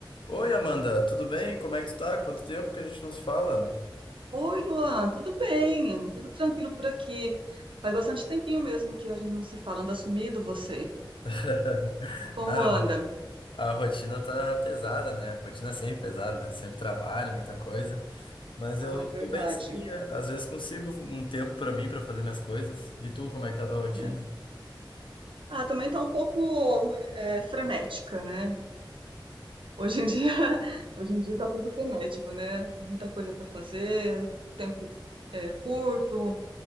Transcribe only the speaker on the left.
Oi, Amanda, tudo bem? Como é que tu tá? Quanto tempo que a gente não se fala?
<laughs>
A,
ro- a rotina tá pesada, né? A rotina é sempre pesada, né? Sempre trabalho, muita coisa. Mas
eu
tô bem sim, é. Às vezes consigo um tempo pra mim, pra fazer minhas coisas. E tu, como é que tá a tua rotina?